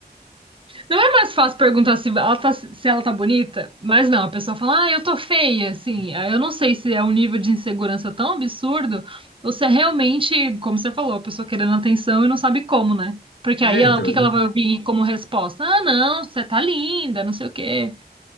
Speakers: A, on the right; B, on the left.
A: Não é mais fácil perguntar se ela tá, se ela tá bonita, mas não, a pessoa fala, ah, eu tô feia, assim. Ah, Eu não sei se é um nível de insegurança tão absurdo, ou se é realmente, como você falou, a pessoa querendo atenção e não sabe como, né? Porque
B: É,
A: aí ela-
B: então,
A: o que que
B: e,
A: ela vai ouvir como resposta? Ah, não, você tá linda, não sei o quê.